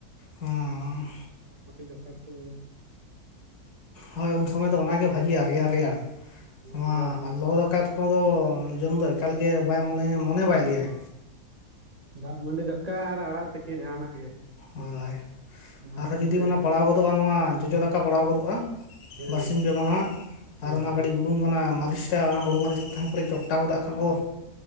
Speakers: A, on the left (about 80°); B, on the right (about 35°).
A: ᱦᱩᱸ
B: ᱫᱟᱜ ᱢᱟᱹᱰᱤ ᱫᱟᱠᱟ ᱠᱚ
A: ᱦᱳᱭ ᱩᱱ ᱥᱚᱢᱚᱭ ᱫᱚ ᱚᱱᱟᱜᱮ ᱵᱷᱟᱹᱜᱤᱜᱼᱟ ᱨᱮᱭᱟᱲ ᱨᱮᱭᱟᱲ ᱱᱚᱣᱟ
B: ᱨᱮᱭᱟᱲ ᱨᱮᱭᱟᱲ
A: ᱞᱚᱞᱚ ᱫᱟᱠᱟ ᱠᱚᱫᱚ ᱡᱚᱢ ᱫᱚ ᱮᱠᱟᱞᱜᱮ ᱵᱟᱭ ᱢᱚᱱᱮ ᱢᱚᱱᱮ ᱵᱟᱭ ᱞᱟᱹᱭᱟ᱾
B: ᱫᱟᱜ ᱢᱟᱹᱰᱤ ᱫᱟᱠᱟ ᱟᱨ ᱟᱲᱟᱜ ᱛᱤᱠᱤ ᱡᱟᱦᱟᱱᱟᱜ ᱜᱮ
A: ᱦᱳᱭ
B: ᱚᱱᱟ
A: ᱟᱨᱦᱚᱸ
B: ᱠᱷᱟᱱ
A: ᱡᱩᱫᱤ
B: ᱜᱮ
A: ᱚᱱᱟ ᱯᱟᱲᱟᱣ ᱜᱚᱫᱚᱜᱼᱟ ᱱᱚᱣᱟ ᱡᱚᱡᱚ ᱫᱟᱠᱟ ᱯᱟᱲᱟᱣ ᱜᱚᱫᱚᱜᱼᱟ
B: ᱦᱮᱸ
A: ᱵᱟᱨᱥᱤᱧ ᱯᱮ ᱢᱟᱦᱟ
B: ᱦᱮᱸ
A: ᱟᱨ ᱚᱱᱟ ᱠᱟᱹᱴᱤᱡ ᱵᱩᱞᱩᱝ ᱚᱱᱟ ᱢᱟᱹᱨᱤᱪᱴᱟ ᱚᱱᱟ ᱦᱩᱲᱩ ᱢᱟᱹᱨᱤᱪ ᱠᱚ ᱛᱟᱦᱮᱸ ᱯᱨᱮ ᱟᱴᱟᱣᱚᱫᱟᱜ ᱠᱷᱟᱱ ᱚᱻ